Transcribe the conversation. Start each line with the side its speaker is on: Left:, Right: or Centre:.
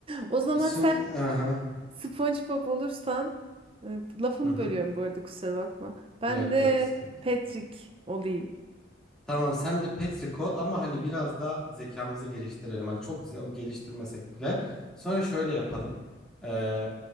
Right: O zaman
Centre: Çünkü...
Right: sen
Centre: Hı hı.
Right: SpongeBob olursan e, lafını
Centre: Hı hı.
Right: bölüyorum bu arada kusura bakma. Ben
Centre: Yok
Right: de
Centre: yok sıkıntı.
Right: Patrick olayım.
Centre: Tamam sen de Petri ol ama hani biraz da zekamızı geliştirelim. Hani çok ze- geliştirmesek bile. Sonra şöyle yapalım. Ee,